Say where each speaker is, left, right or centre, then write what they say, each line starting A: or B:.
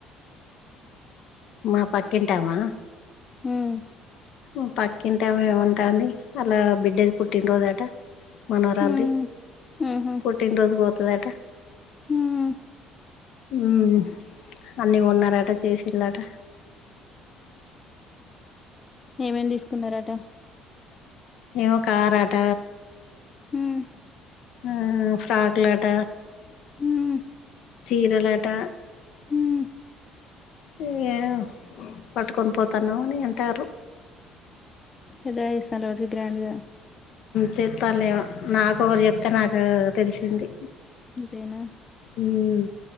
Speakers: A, on the left; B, on the left.
A: మా పక్కింటామా
B: మ్మ్.
A: మ్ పక్కింటమే ఏముంమంటంది ఆళ్ల బిడ్డది పుట్టినరోజు అట మనవరాల్ది
B: మ్మ్. మ్మ్హ.
A: పుట్టినరోజ్క్ పొత్ లఠ
B: హ్మ్.
A: మ్హ్ అన్ని కొన్నరట చేసిన్లట
B: ఏమేమి తీసుకున్నారట
A: ఏమో కారట
B: హ్మ్.
A: ఆహ్ ఫ్రాక్లాట
B: హ్మ్.
A: చీరలట
B: హ్మ్.
A: ఇయ్ పట్టుకొని పొత్తనవ్ అని అంటారు
B: ఇదా ఇస్ సలోజి గ్రాండ్గ
A: చేత్తన్లెమో నాకొ ఒకరు చెప్తే నాకు తెలిసింది
B: అంతేనా
A: మ్మ్